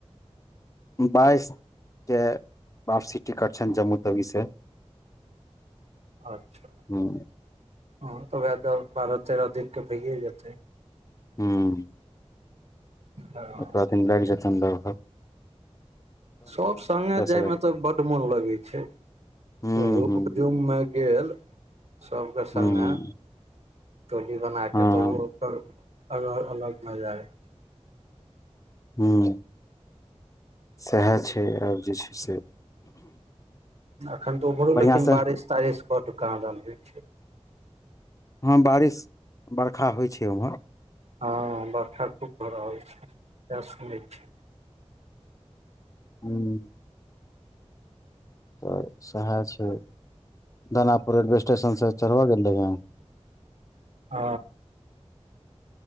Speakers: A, on the left; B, on the right.
A: बाईस के वापसी टिकट छइन जम्मूतवी से
B: अच्छह
A: ह
B: हँ तऽ वएह दऽ बारह तेरह दिनके भइए जेतै
A: हूं
B: हँ
A: ओतबा दिन लाइग जैत सम्भवत
B: सब संगे जयमे
A: एगारह
B: तऽ बड्ड मोन लगैत छै
A: हूँ
B: हुदुम
A: हूँ
B: में गेल सबके संगे
A: हूँ
B: टोली बनाके
A: हँ
B: तऽ ओ ओकर अलग अलग मजा अय
A: हूं सएह छै आब जे छै से
B: एखन तऽ ओम्भरो
A: बढ़िआँ
B: लेकिन
A: से
B: बारिस तारिस बड कहां दन होइ छै
A: हँ बारिश बरखा होइ छै ओम्हर
B: हँ बरखा खूब भऽ रहल छै इएहा सुनै छियै
A: हूं तऽ सएहा छै दानापुर रेलवे स्टेशनसँ चढ़बऽ गेल रहियैन
B: आ